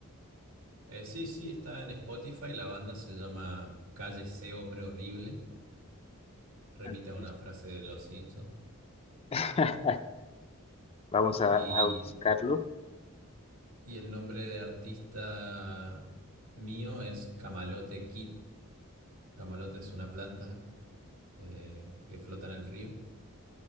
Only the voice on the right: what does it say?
Eh, sí, sí, está en Spotify. La banda se llama Cállese, hombre horrible. Remite
a una frase de Los Simpsons.
Y
Y el nombre de artista mío es Camalote Kid. Camalote es una planta eh, que flota en el río.